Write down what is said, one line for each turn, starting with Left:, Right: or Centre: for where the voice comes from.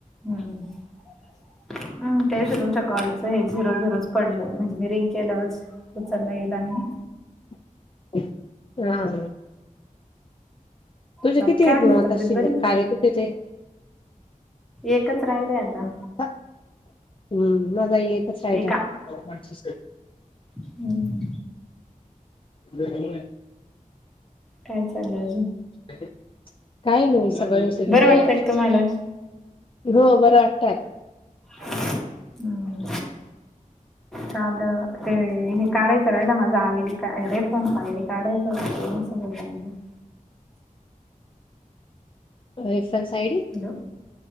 Centre: हम्म त्या दिशी तुमच्या कॉलच हे झिरो-झिरो कडलं म्हणजे मी रिंग केल्याच वरच उचललं गेला आणि
Left: <unintelligible> तुझे
Centre: बाकी
Left: किती
Centre: काय
Left: आहे
Centre: म्हणते
Left: हे म आता
Centre: तब्येत
Left: शिल्लक
Centre: बरी का?
Left: कार्य किती ते?
Centre: एकच राहिलंय आता.
Left: हा हम्म माझा ही एक तच राहिटा
Centre: एका
Left: आहे.
Centre: हम्म
Left: <unintelligible>
Centre: काय चाललय?
Left: काही नाही सगळं व्य
Centre: बरं
Left: <unintelligible>
Centre: वाटतंय का तुम्हाला?
Left: हो बरं वाटतोय आता.
Centre: हां. कालं ते हे काढायचं राहिलं माझा आय डी का रेफरन्स आय डी काढायचं होतं. <unintelligible> <unintelligible>
Left: रेफरन्स आय डी
Centre: हॅलो